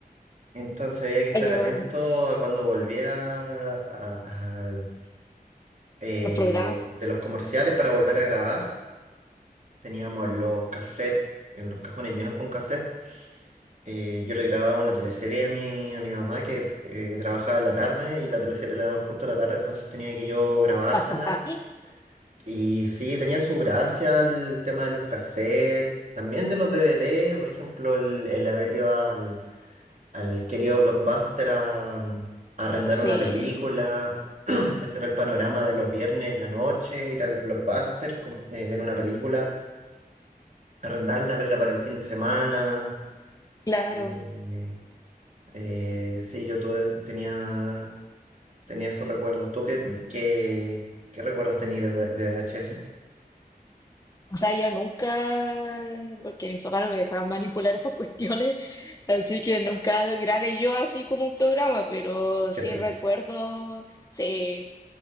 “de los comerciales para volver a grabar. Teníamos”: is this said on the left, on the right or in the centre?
Right